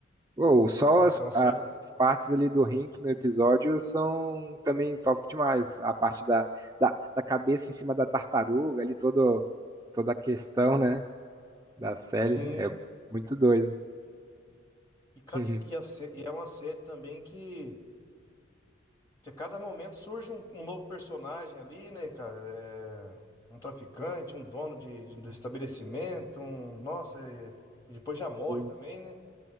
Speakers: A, on the right; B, on the left.
A: ou só
B: Nossa,
A: as,
B: é uma série.
A: as partes ali do Hank no episódio são também top demais. A parte da, da, da cabeça em cima da tartaruga, ali todo, toda a questão, né? da série.
B: Sim.
A: É muito doido.
B: E, ca-
A: <laughs>
B: e- e a sé- e é uma série também que, que a cada momento surge um, um novo personagem ali, né, cara? É, um traficante, um dono de, de- do estabelecimento, um. Nossa, e, e depois já morre
A: E,
B: também, né?